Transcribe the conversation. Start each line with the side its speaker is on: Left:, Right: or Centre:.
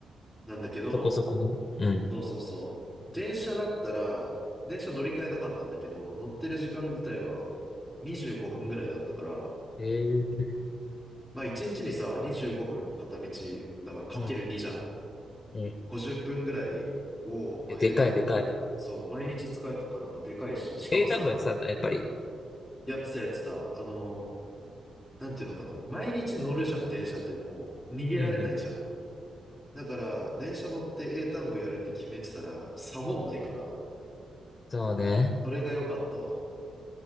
Centre: なんだけど、
Left: そこそこね。うん。
Centre: そうそうそう。電車だったら、電車乗り換えなかったんだけど、乗ってる時間自体は25分ぐらいだったから、
Left: ええー、
Centre: まあ1日にちにさ、25分片道、だからかける2じゃん
Left: うん、うん。い
Centre: ?50 分ぐらいを、まあ英単語に、
Left: やでかいでかい。
Centre: そう、毎日使えたからでかいし、しかもさ、
Left: 英単語やってたんだ、やっぱり。
Centre: やってたやってた、あのなんていうのかな。毎日乗るじゃん、電車ってもう逃げられないじゃん。
Left: うんうん。
Centre: だから、電車乗って英単語やるって決めてたら、サボんないから、
Left: そうね。
Centre: それが良かったわ。